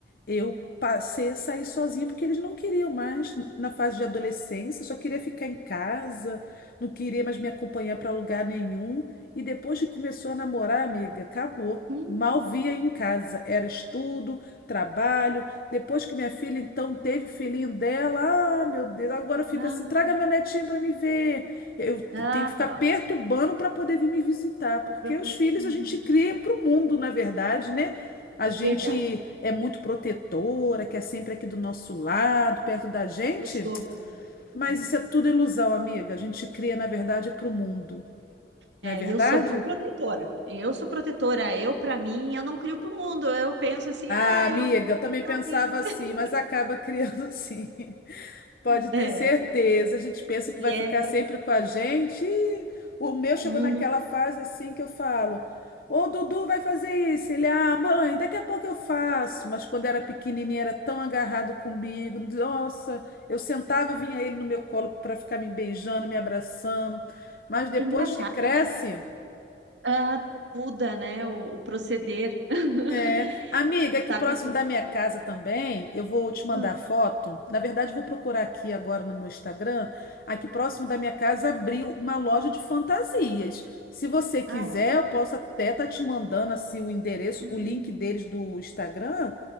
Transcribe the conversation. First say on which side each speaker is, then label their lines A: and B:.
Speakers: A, on the left (about 55°); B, on the right (about 85°).
A: eu passei a sair sozinha porque eles não queriam mais n- na fase de adolescência, só queria ficar em casa, não queria mais me acompanhar para lugar nenhum. E depois que começou a namorar, amiga, acabou.
B: Hum.
A: Mal via em casa. Era estudo, trabalho. Depois que minha filha, então, teve o filhinho dela, ah, meu Deus, agora fica
B: Ah,
A: assim: traga meu netinho para me ver. Eu t-
B: ah,
A: tenho que ficar
B: ó,
A: perturbando para poder vir me visitar, porque
B: para poder
A: os filhos
B: ir
A: a gente
B: visitar.
A: cria para o mundo, na verdade, né? A gente
B: Verdade,
A: é muito protetora, quer sempre aqui do nosso lado, perto da gente,
B: eu sou, menina.
A: mas
B: É,
A: isso é tudo ilusão, amiga. A gente cria, na verdade, para o mundo,
B: é,
A: não é verdade?
B: e eu sou bem protetora. Eu sou protetora. Eu, pra mim, eu não crio pro mundo. Eu penso assim,
A: Ah,
B: ah,
A: amiga,
B: eu quero
A: eu também
B: pra
A: pensava
B: mim.
A: assim,
B: <laughs>
A: mas acaba criando <laughs> sim. Pode
B: É,
A: ter certeza. A gente pensa que
B: e
A: vai
B: é,
A: ficar sempre com a gente. E o meu chegou
B: uhum.
A: naquela fase assim que eu falo: Ô Dudu vai fazer isso. Ele, ah, mãe, daqui a pouco eu faço. Mas quando era pequenininho, era tão agarrado comigo. Nossa, eu sentava, vinha ele no meu colo para ficar me beijando, me abraçando. Mas depois
B: É engraçado,
A: que cresce.
B: né? Ah, muda, né, o, o proceder. <laughs>
A: É, amiga,
B: Sabe
A: aqui próximo
B: que.
A: da minha casa também, eu vou te mandar
B: Hum.
A: foto. Na verdade, eu vou procurar aqui agora no meu Instagram. Aqui próximo da minha casa abriu uma loja de fantasias. Se você quiser,
B: Ah, é?
A: eu posso até estar te mandando assim o endereço,
B: Hum,
A: o link deles do Instagram,